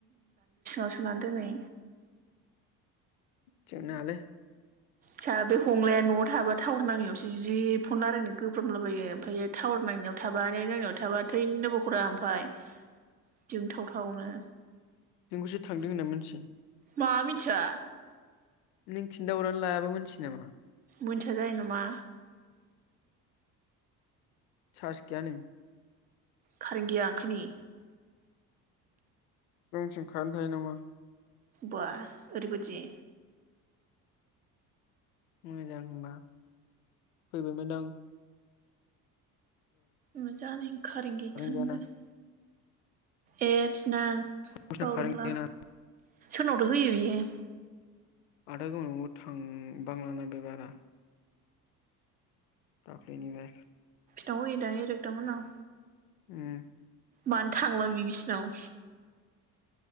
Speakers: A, on the right; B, on the left.
A: औ सना दोनै।
B: जनालाय।
A: स बे हंलाया न'आव थाबा टावार नांनायावसो जि फन रायलायनो गोब्रोमलाबोयो ओमफ्राय टावार नांनायाव थाबा नांनायाव थाबा थैनोबो हरा ओमफफ्राय जोंथाव थावनो।
B: नोंखौसो थांदों होनना मोनथि
A: मा मिथिया
B: नों खिन। दावरनानै लायाबा मिथि नामा।
A: मोनथिया जायो नामा।
B: सास गैयानो।
A: खार गैया खालि।
B: रोंथिं खारेन थायो नामा।
A: बा ओरैबायदि।
B: मोजां होनबा फैबाय मोनदां
A: मा जानायनि खारेन गैया थानागौ
B: गैयाना
A: जाखो एप्स ना
B: गावसिना
A: बावदोंला
B: कारेन्ट गैयाना
A: सोरनावथ' होयो बियो <inaudible>
B: आदा गावनावबो थांबांलाना बे बारा औ बेनिफाय
A: दाव ए दाव एरदमोन आं
B: उम
A: मानो थांला बि बिसिनाव